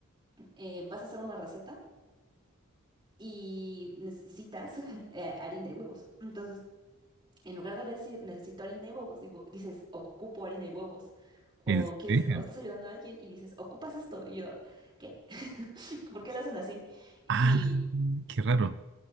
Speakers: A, on the right; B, on the right.
A: eh, vas a hacer una receta. y necesitas <laughs> eh, harina y huevos. Entonces, en lugar de decir necesito harina y huevos, digo, dices ocupo harina y huevos. O
B: ¿En
A: quieres,
B: serio?
A: o estás ayudando a alguien y dices, ocupas esto. Y yo, ¿qué? <laughs> ¿Por qué lo hacen así? Y,
B: Ah, qué raro.